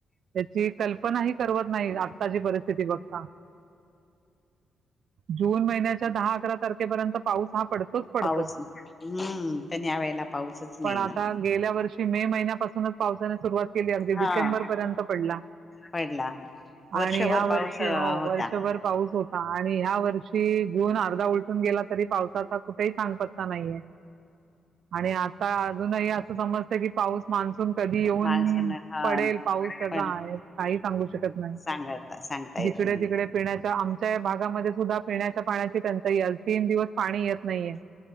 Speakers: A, on the right (about 55°); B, on the left (about 15°).
A: त्याची कल्पनाही करवत नाही. आत्ताची परिस्थिती बघता. जून महिन्याच्या दहा अकरा तारखेपर्यंत पाऊस हा पडतो तोच पडतो.
B: पाऊस हम्म पण या वेळेला पाऊसच नाही
A: पण आता
B: ना
A: गेल्या वर्षी मे महिन्यापासूनच पावसाने सुरुवात केली अगदी
B: हा
A: डिसेंबर पर्यंत पडला.
B: पडला वर्षभर
A: आणि ह्या
B: पाऊस
A: वर्षी
B: होता
A: हो वर्षभर पाऊस पाऊस होता. आणि ह्या वर्षी जून अर्धा उलटून गेला तरी पावसाचा कुठेही सांगपत्ता नाहीये. आणि आता अजूनही अस समजत की पाऊस मानसून कधी येऊन
B: माणसान हा
A: पडेल पाऊस त्याचा
B: पण
A: आहे काहीच सांगु शकत नाही.
B: सांगता सांगता येत
A: जिकडे
B: नाहीये
A: तिकडे पिण्याच्या आमच्या या भागामध्ये सुद्धा पिण्याच्या पाण्याची टंचाई आज तीन दिवस पाणी येत नाहीये